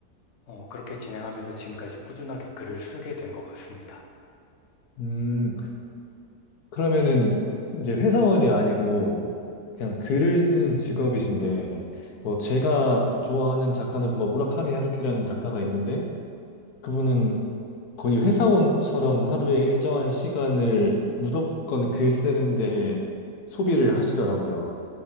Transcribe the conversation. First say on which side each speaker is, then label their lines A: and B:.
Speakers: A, on the left; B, on the left.
A: 어, 그렇게 진행하면서 지금까지 꾸준하게 글을 쓰게 된 것 같습니다.
B: 음. 그러면은 이제 회사원이 아니고 그냥 글을 쓰는 직업이신데 뭐 제가 좋아하는 작가는 뭐 무라카미 하루키라는 작가가 있는데 그분은 거의 회사원처럼 하루에 일정한 시간을 무조건 글 쓰는데 소비를 하시더라고요.